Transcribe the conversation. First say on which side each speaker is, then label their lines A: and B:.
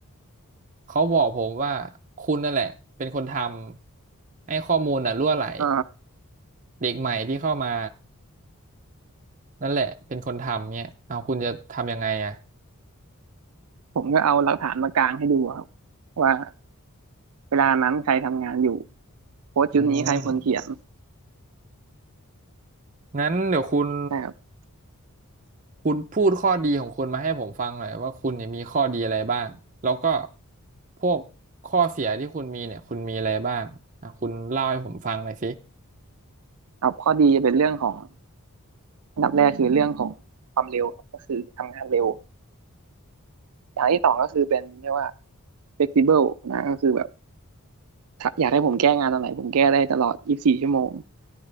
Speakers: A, on the right (about 35°); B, on the right (about 80°).
A: เขาบอกผมว่าคุณนั่นแหละเป็นคนทำให้ข้อมูลน่ะรั่วไหล
B: อ่า
A: เด็กใหม่ที่เข้ามานั่นแหละเป็นคนทำเนี่ยเอาคุณจะทำยังไงอ่ะ
B: ผมก็เอาหลักฐานมากางให้ดูครับว่าเวลานั้นใครทำงานอยู่โค้ดชุดนี้ใครคนเขียน
A: อืมงั้นเดี๋ยวคุณ
B: นะครับ
A: คุณพูดข้อดีของคุณมาให้ผมฟังหน่อยว่าคุณเนี่ยมีข้อดีอะไรบ้างแล้วก็พวกข้อเสียที่คุณมีเนี่ยคุณมีอะไรบ้างอ่ะคุณเล่าให้ผมฟังหน่อยสิ
B: ครับข้อดีเป็นเรื่องของอันดับแรกคือเรื่องของความเร็วก็คือทำงานเร็วอย่างที่สองก็คือเป็นเรียกว่า flexible นะก็คือแบบอยากให้ผมแก้งานตอนไหนผมแก้ได้ตลอด24ชั่วโมง